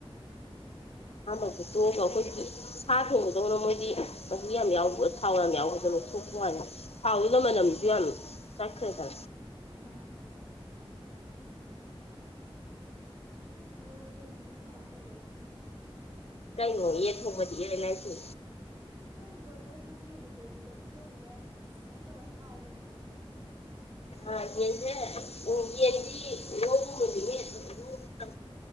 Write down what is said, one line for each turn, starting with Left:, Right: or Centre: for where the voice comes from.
Left: ꯑꯥꯟꯕ ꯐ ꯇꯣꯛꯑꯒ ꯑꯩꯈꯣꯏ ꯁꯥ ꯊꯣꯡꯕꯗꯧꯅ ꯃꯣꯏꯗꯤ ꯃꯨ ꯌꯥꯝ ꯌꯥꯎꯕ ꯊꯥꯎ ꯌꯥꯝ ꯌꯥꯎꯕꯗ ꯂꯧꯊꯣꯛꯄ ꯋꯥꯅ ꯍꯥꯎꯗꯣ ꯃ
Right: ꯎꯝ
Left: ꯅꯝꯁꯤ ꯌꯥꯂꯨ ꯆꯈꯣꯏ ꯇ
Right: ꯑꯥ ꯑꯗꯣ ꯌꯦꯟ ꯊꯣꯡꯕꯅꯣ ꯀꯃꯥꯏꯅ ꯇꯧꯒꯦꯕ
Left: ꯀꯥꯏꯉꯣ ꯌꯦ ꯐꯣꯕꯗꯤ ꯌꯥ ꯂꯥꯏ ꯎ
Right: ꯁꯨꯝ ꯄꯣꯁꯦꯁ ꯅꯪꯒꯤ ꯍꯩꯖꯕꯤꯗ ꯈꯟꯖꯕꯤꯗ ꯁꯃꯥꯏ ꯇꯦ ꯍꯥꯎ ꯄꯨꯅꯦ ꯌꯥꯕꯗꯣ
Left: ꯑ ꯌꯦꯅꯦꯦ ꯎ ꯌꯦꯟꯗꯤ ꯂꯧ ꯃꯜꯂꯤꯉꯦ ꯆ